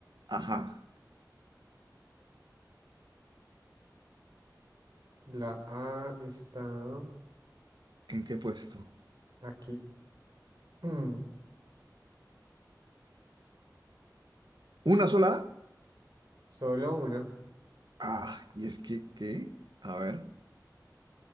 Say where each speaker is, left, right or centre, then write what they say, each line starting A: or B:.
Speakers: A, on the right; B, on the right.
A: Ajá.
B: La A está
A: ¿En qué puesto?
B: aquí. <clears throat> Mm,
A: ¿Una sola
B: Solo una.
A: A? Ah, y es que, ¿qué? A ver.